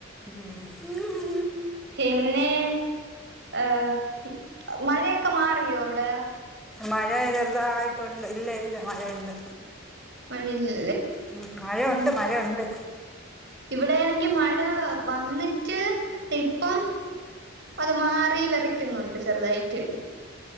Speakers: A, in the centre; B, on the right.
A: ഉം മ്മ്
B: പിന്നെ ഏഹ് മഴയൊക്കെ മാറിയോ അടെ
A: മഴ ചെറുതായിട്ടൊണ്ട് ഇല്ല ഇല്ല മഴയുണ്ട്
B: മഴയില്ലേ
A: ഉം മഴയൊണ്ട് മഴയൊണ്ട്
B: ഇവിടേണെങ്കി മഴ വന്നിട്ട് തിപ്പം അത് മാറി വെറക്കുന്നുണ്ട് ചെറുതായിട്ട്